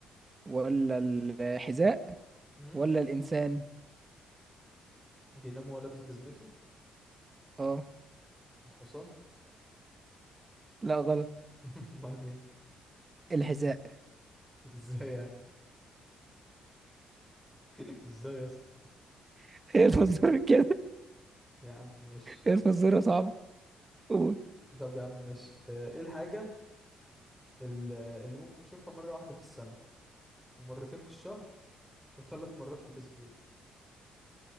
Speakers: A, on the right; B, in the centre.
A: ولا الحذاء
B: مم؟
A: ولا الإنسان
B: بينام وهو لابس جزمته
A: اه
B: الحصان
A: لا غلط
B: <laughs> امال مين
A: الحذاء
B: ازاي يعني <laughs> ازاي يا اسطى
A: <laughs> ايه الفزورة كده
B: يا عم ماشي
A: ايه الفزورة صعبة قول
B: طب يا عم ماشي آه، ايه الحاجة ال- اللي ممكن تشوفها مرة واحدة في السنة ومرتين في الشهر وثلاث مرات في الأسبوع